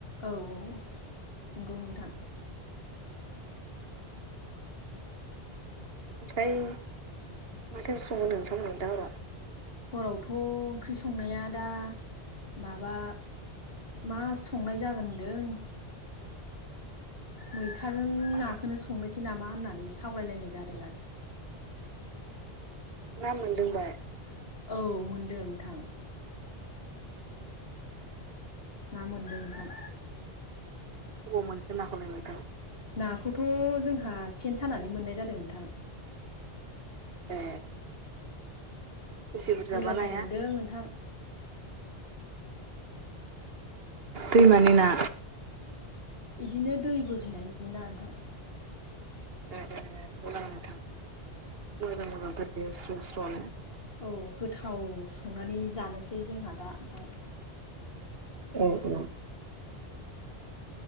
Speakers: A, on the left; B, on the right.
A: औ औ औ नंगौ नोंथां
B: ओमफ्राय माथो ओंखामय सावगोन नोंथांमोनल दा हराव
A: हरावथ' ओंख्रि संनाया दा माबा मा संनाय जागोन होनदों मैथाजों
B: हराव
A: नाखौनो संनोसै नामा होननानै सावरायलायनाय जादों आरो
B: ना मोनदोंबाय
A: औ मोनदों नोंथां ना मोनदों नोंथां
B: बबाव मोनखो नाखौलाय नोंथां?
A: नाखौथ' जोंहा सेन सानानै मोननाय जादों नोंथां
B: ए बेसे बुरजाबा
A: बुरजाथार
B: नाया
A: मोनदों नोंथां
B: दैमानि ना
A: बिदिनो दै बोहैनायनि ना नोंथां
B: ए मोजां नोंथा मोजांथार बेयो स्र' स्र'नो
A: औ गोथाव संनानै जानोसै जोंहा दा नोंथां
B: औ औ